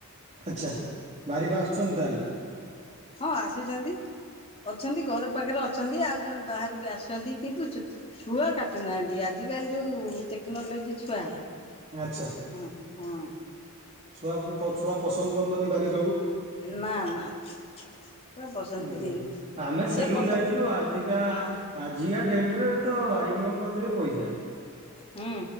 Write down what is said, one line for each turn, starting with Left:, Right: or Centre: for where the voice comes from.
Right: ଆଚ୍ଛା। ବାରିକ ଆସୁଛନ୍ତି ତାହେଲେ?
Left: ହଁ ଆସୁଛନ୍ତି। ଅଛନ୍ତି ଘର ପାଖରେ ଅଛନ୍ତି ଆଉ ଜଣେ ବାହାରୁ ବି ଆସିଛନ୍ତି। କିନ୍ତୁ ଚୁ- ଛୁଆ କାଟୁନାହାଁନ୍ତି। ଆଜିକାଲି ଯୋଉ ଟେକନଲୋଜି ଛୁଆ।
Right: ଆଚ୍ଛା।
Left: ହଁ ହଁ
Right: ଛୁଆକୁ ଛୁଆ ପସନ୍ଦ କରୁନାହାନ୍ତି ବାରି-
Left: ନା ନା ଛୁଆ ପସନ୍ଦ
Right: ଉଁ,
Left: କରିବେନି
Right: ଆମେ
Left: ସେ
Right: ସେଲୁନ
Left: କଟା
Right: ଯାଇଥିଲୁ ଆଜିକା-
Left: ହଁ
Right: ଆଜିକା ଡେଟରେ ତ ବାରିିକଙ୍କ କତିରେ ପଇସା।
Left: ହୁଁ